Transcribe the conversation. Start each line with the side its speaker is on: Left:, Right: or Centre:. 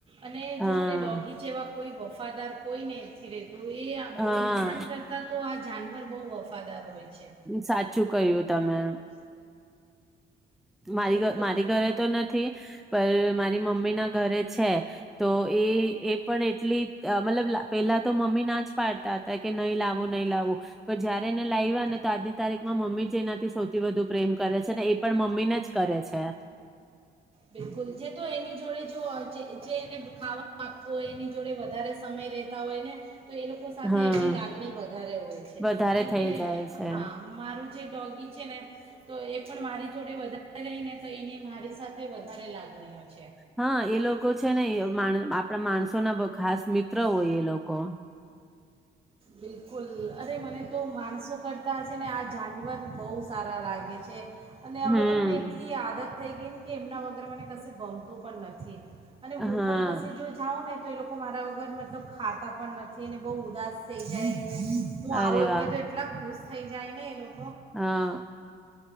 Right: અને
Centre: હા
Right: જોઓ ને ડોગી જેવા કોઈ વફાદાર કોઈનેહી. થી રેતુ એ આપ બો
Centre: હા
Right: ઇન્સાન કરતા તો આજ જાનવર બહુ વફાદાર હોય. છે
Centre: સાચું કહ્યું તમે. મારી
Right: બોલો તો
Centre: મારી ઘરે તો નથી પર મારી મમ્મી ના ઘરે છે તો એ એ પણ એટલી મતલબ પેલા તો મમ્મી ના જ પાડતા હતા કે નહી લાવું નહી લાવું પર જયારે એને લાયવા ને તો આજની તારીખમાં મમ્મી જેનાથી સૌથી વધુ પ્રેમ કરે છે. ને એ પણ મમ્મીને જ કરે છે.
Right: બિલકુલ જે તો એની જોડે જો જે જે એને ખાવા આપતો હોય એની જોડે વ ધારે સમય રહેતા હોય ને તો એ લોકો સાથે
Centre: હા
Right: એમની લાગણી વધારે હોય છે,
Centre: વધારે
Right: જેમ
Centre: થઈ
Right: કે
Centre: જાય છે
Right: હા મારું ડોગી છે ને તો એ પણ મારી જોડે વધારે રહીને તો એની મારી સાથ થે વધારે લાગણી હોય.
Centre: હા, એ લોક કો છે ને એ આપણા માણસો ના ખાસ મિત્ર હોય એ લોકો.
Right: બિલકુલ, અરે મને તો માણસો કરતા આ છે ને આ જાનવર બહુ સારા લાગે છે. અને હવે
Centre: હમ
Right: તો મને એટલી આદત થઈ ગઈ ને કે એમના વગર મને કસે ગમતું પણ નથી. અને હું
Centre: હા
Right: પણ કસે જો જાઉં ને તો એ લોકો મારા વગર મતલબ ખાત તા પણ નથી ને બહુ ઉદાસ સ થઈ જાયને, હું
Centre: અરે
Right: આવું
Centre: વાહ
Right: એટલે તો એટલા ખુશ થઈ જાય ને એ લોકો.
Centre: હા.